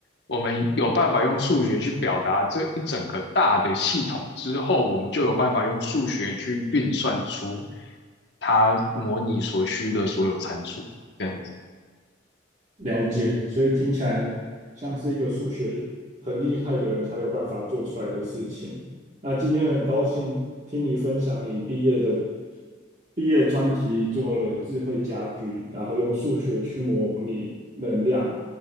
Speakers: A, on the left; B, on the right.
A: 我们有办法用数学去表达这一整个大的系统之后，我们就有办法用数学去运算出它模拟所需的所有参数，这样子。
B: 了解，所以听起来像是一个数学很厉害的人才有办法做出来的事情。那今天很高兴听你分享你毕业的毕业专题做了智慧家居，然后用数学去模拟能量，